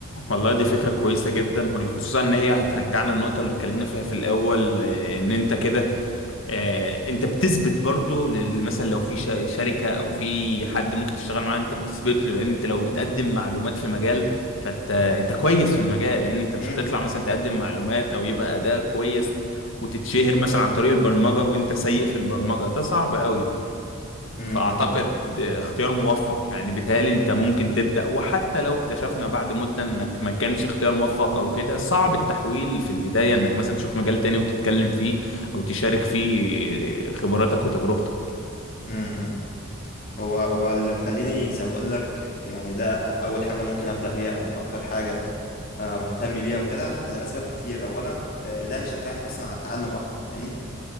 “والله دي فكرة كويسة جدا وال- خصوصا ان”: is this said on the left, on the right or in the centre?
Left